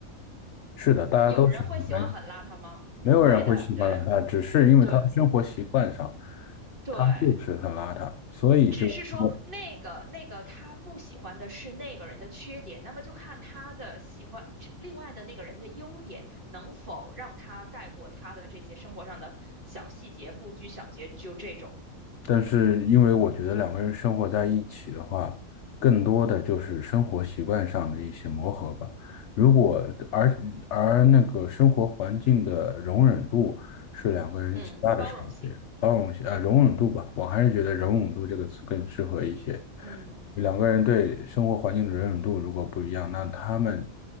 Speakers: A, on the left (about 60°); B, on the right (about 40°).
A: 是的，大家都喜欢白酒，
B: 有人会喜欢很邋遢吗？不会的，
A: 没有人会喜欢邋遢，
B: 对啊，
A: 只是因为他的生活习惯上，
B: 对对，
A: 他就是很邋遢，所以就说，
B: 只是说那个那个他不喜欢的是那个人的缺点，那么就看他的喜欢这另外的那个人的优点能否让他盖过他的这些生活上的小细节、不拘小节，就这种，
A: 但是因为我觉得两个人生活在一起的话，更多的就是生活习惯上的一些磨合吧。如果而而那个生活环境的容忍度是两个人极大的差别，
B: 嗯，包容性，
A: 包容性呃容忍度吧，我还是觉得容忍度这个词更适合一些。
B: 嗯。
A: 两个人对生活环境的容忍度如果不一样，那他们